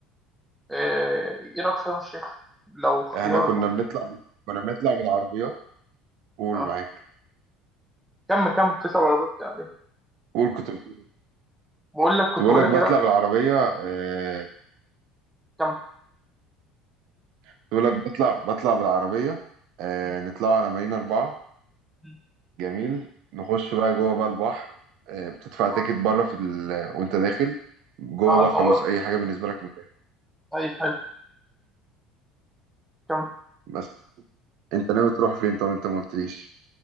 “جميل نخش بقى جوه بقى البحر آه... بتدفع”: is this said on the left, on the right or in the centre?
Right